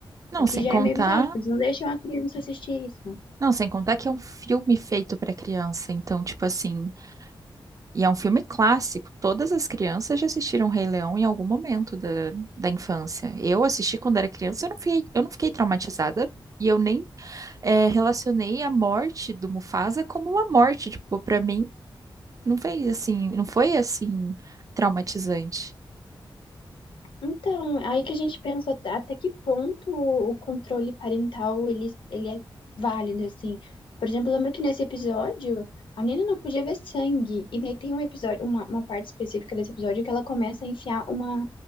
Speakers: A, on the right; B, on the left.
A: Não,
B: O que
A: sem
B: já
A: contar.
B: é meio bizarro, tipo, eles não deixam a criança assistir isso.
A: Não, sem contar que é um filme feito pra criança. Então, tipo assim. E é um filme clássico. Todas as crianças já assistiram Rei Leão em algum momento da, da infância. Eu assisti quando era criança, eu não fiquei, eu não fiquei traumatizada. E eu nem eh, relacionei a morte do Mufasa como uma morte. Tipo, pra mim, não fez assim, não foi assim traumatizante.
B: Então, aí que a gente pensa até até que ponto o controle parental ele, ele é válido, assim. Por exemplo, eu lembro que nesse episódio a menina não podia ver sangue. E daí tem um episódio, uma, uma parte específica desse episódio que ela começa a enfiar uma